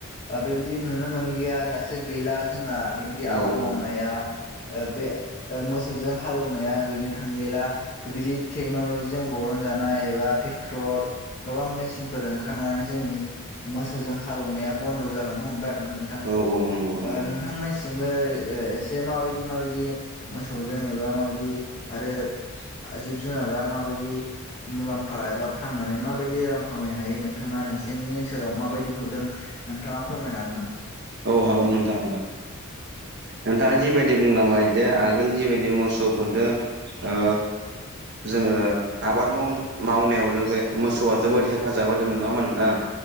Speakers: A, on the left; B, on the right.
A: ओ बेबायदि नुनो मोनलिया दासो गैला जोंना बेबा बिदि आबाद
B: औ
A: मावनाया
B: औ
A: ओ बे ओ मोसौजों हालौवनाया गैनो थांलिला बेबायदि टेक्न'ल'जिजों बरनजानाय एबा ट्रेक्टर गोबां मेसिनफोर ओंखारनानै जोंनि मोस जों हालेवनाया बन्द' जालांनो हमबाय आरो ना नोंथां
B: औ नंगौ
A: ओ
B: नंगौ
A: नोंथांमोनसिंबो एसे माबायदि माबायदि मोसौजों एबा माबायदि आरो जिब जुनारा माबायदि मुलाम्फा एबा फाननानै माबायदि रां खामायनो हायो नोंथाङा नोंसोरनि ओनसोलाव माबायदि बि नुदों नोंथाङा फोरमायनो हागोन नामा।
B: औ हागोन नोंथां हागोन नोंथाङा
A: औ
B: जिबायदि बुंलांबाय जे आगोल जिबायदि मोसौफोरजों ओ जोङो आबाद माव मावनायाव जोंखौ मोसौआ जोबोद हेफाजाब होदोंमोन नामा नोंथां।